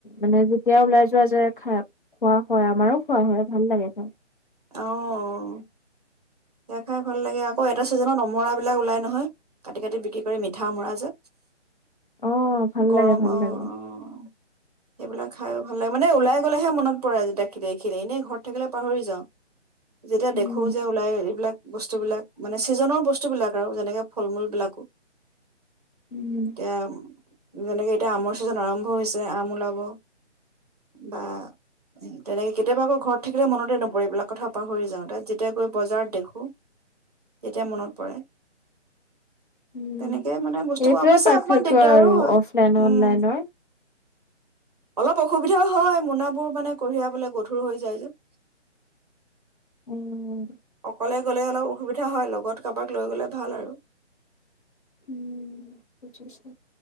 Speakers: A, on the left (about 45°); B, on the right (about 35°).
A: মানে যি যেতিয়া ওলাই যোৱা যায় খাই, খোৱা হয়, আমাৰো খোৱা হয় ভাল লাগে খাই।
B: অ'। খাই ভাল লাগে, আকৌ
A: উম।
B: এটা ছিজনত অমৰা এইবিলাক ওলাই নহয় কাটি, কাটি বিক্ৰী কৰে মিঠা অমৰা যে।
A: অ', ভাল
B: গৰম
A: লাগে ভাল
B: অ'অ'
A: লাগে
B: সেইবিলাক খাইও ভাল লাগে মানে ওলাই গলেহে মনত অপৰাজিতাক দেখিলে এনেই ঘৰত থাকিলে পাহৰি যাওঁ। যেতিয়া
A: উম,
B: দেখো যে ওলায় এইবিলাক বস্তুবিলাক মানে চিজনৰ বস্তুবিলাক আৰু যেনেকে ফল-মূল বিলাক।
A: উম।
B: এতিয়া যেনেকে এতিয়া আমৰ ছিজন আৰম্ভ হৈছে। আম ওলাব বা তেনেকে কেতিয়াবা আকৌ ঘৰত থাকিলে মনতে নপৰে এইবিলাক। কথা পাহৰি যাওঁ। যেতিয়া গৈ বজাৰত দেখো তেতিয়া মনত পৰে।
A: উম
B: তেনেকে মানে বস্তুবোৰ
A: এইটোৱে
B: অৱশ্যে
A: পাৰ্থক্য
B: অকমান দিগদাৰো
A: আৰু
B: হয়
A: অফলাইনৰ
B: উম
A: অনলাইনৰ।
B: অলপ অসুবিধাও হয় মোনাবোৰ মানে কঢ়িয়াবলে গধুৰ হৈ যায় যে।
A: উম,
B: অকলে গ'লে অলপ অসুবিধা হয় অলপ। লগত কাৰোবাক লৈ গ'লে ভাল আৰু
A: উম বুজিছো।